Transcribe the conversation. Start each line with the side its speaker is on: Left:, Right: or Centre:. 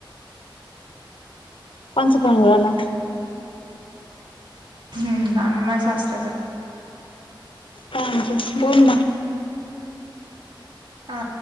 Left: कोणचा फोन येऊन राहिला?
Right: हम्म आ मा सासऱ्याचा.
Left: काय म्हणते बोलना.
Right: हा..